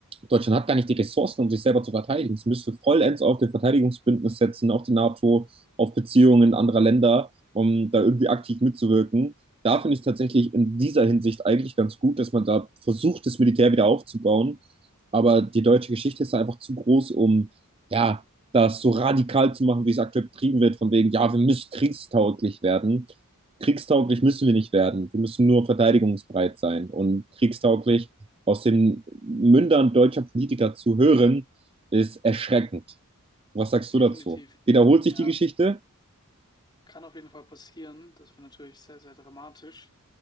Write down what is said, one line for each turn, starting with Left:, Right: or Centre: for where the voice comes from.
Right: Deutschland hat gar nicht die Ressourcen, um sich selber zu verteidigen. Es müsste vollends auf den Verteidigungsbündnis setzen, auf die NATO, auf Beziehungen anderer Länder, um da irgendwie aktiv mitzuwirken. Da finde ich es tatsächlich in dieser Hinsicht eigentlich ganz gut, dass man da versucht, das Militär wieder aufzubauen. Aber die deutsche Geschichte ist da einfach zu groß, um ja, das so radikal zu machen, wie es aktuell betrieben wird, von wegen, ja, wir müssen kriegstauglich werden. Kriegstauglich müssen wir nicht werden. Wir müssen nur verteidigungsbereit sein. Und kriegstauglich aus den Mündern deutscher Politiker zu hören, ist erschreckend. Was sagst
Left: Definitiv.
Right: du dazu? Wiederholt sich
Left: Ja.
Right: die Geschichte?
Left: Kann auf jeden Fall passieren. Das wäre natürlich sehr, sehr dramatisch.